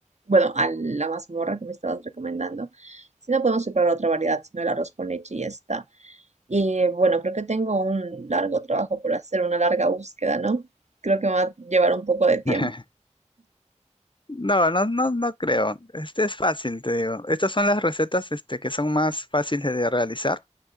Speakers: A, on the right; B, on the left.
A: bueno, a la mazmorra que me estabas recomendando. Si no podemos preparar otra variedad, sino el arroz con leche y ya está. Y bueno, creo que tengo un largo trabajo por hacer, una larga búsqueda, ¿no? Creo que me va a llevar un poco de tiempo.
B: <laughs> No, no, no, no creo. Este es fácil, te digo. Estas son las recetas, este, que son más fáciles de realizar.